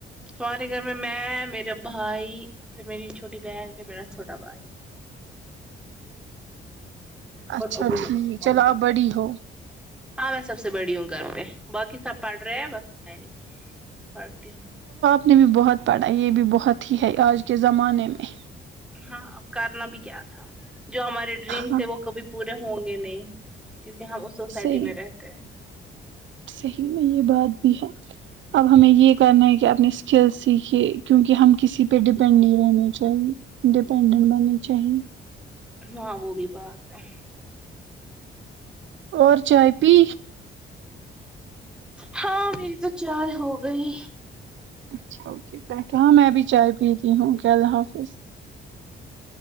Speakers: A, in the centre; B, on the right.
A: ہمارے گھر میں میں میرے میرا بھائی پھر میری چھوٹی بہن پھر میرا چھوٹا بھائی
B: اچھا
A: اور ابو
B: ٹھیک
A: مما
B: چلو آپ بڑی ہو
A: ہاں میں سب سے بڑی ہوں گھر پہ باقی سب پڑھ رہے ہیں بس نہیں پڑھتی ہوں
B: اس نے بھی بہت پڑھا یہ بھی بہت ہی ہے آج کے زمانے میں
A: ہاں اب کرنا بھی کیا تھا جو ہمارے ڈریمس
B: ہاں
A: ہے وہ کبھی پورے ہوں گے نہیں کیونکہ ہم سوسائٹی
B: صحیح
A: میں رہتے ہیں
B: صحیح میں یہ بات بھی ہے اب ہمیں یہ کرنا ہے کہ اپنے کل سیکھے کیونکہ ہم کسی پہ ڈپینڈ نہیں رہنے چاہیے ڈیپینڈنٹ بننے چاہیے
A: ہاں وہ بھی بات ہے
B: اور چائے پی
A: ہاں میری تو چائے ہو گئی
B: اچ ہاں میں بھی چائے پی ت ہوں کیا اللہ حافظ
A: اسیس